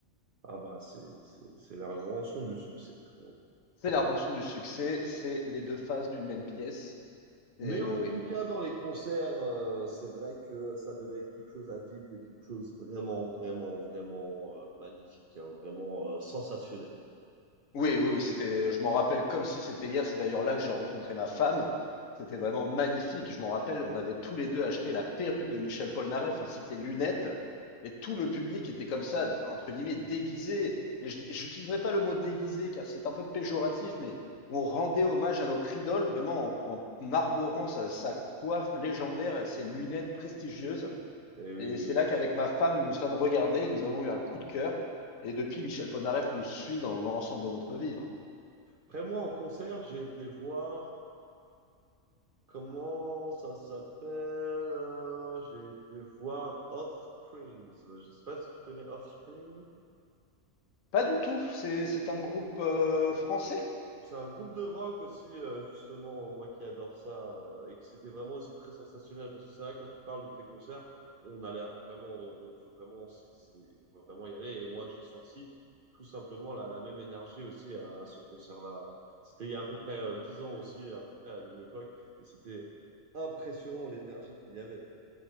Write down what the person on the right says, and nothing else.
ah bah, c'est, c'est, c'est la rançon du succès. comme on dit.
Mais
en
tout cas, dans les concerts, euh, c'est vrai que ça devait être quelque chose à vivre, de quelque chose vraiment, vraiment, vraiment euh, magnifique, hein, vraiment euh, sensationnel.
Et oui,
oui,
bien
sûr.
Après, moi, en concert, j'ai été voir, comment ça s'appelle? euh, J'ai été voir Offsprings. Je sais pas si tu connais Offspring.
C'est un groupe de rock aussi, euh, justement, moi qui adore ça, euh, et que c'était vraiment aussi très sensationnel, parce que c'est vrai, quand tu me parles de tes concerts, on a l'air vraiment, on veut vraiment, c'est, c'est- on veut vraiment y aller, et moi j'ai senti tout simplement la, la même énergie aussi à, à ce concert-là. C'était il y a à peu près euh, 10 ans aussi, à peu près à la même époque, et c'était impressionnant l'énergie qu'il y avait.